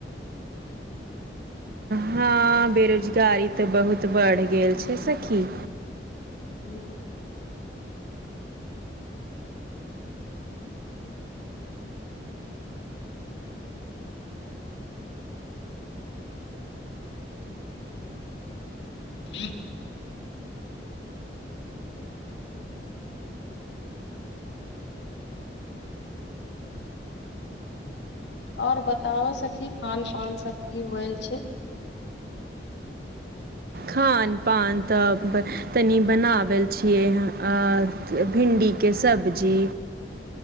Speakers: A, on the right; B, on the left.
A: हँ बेरोजगारी तऽ बहुत बढ़ गेल छैय सखी।
B: हूँ। <unintelligible> और बताउ सखी खान पान सब की होय छैय।
A: खान पान तऽ तनि बनाबै छियै अ भिंडी के सब्जी,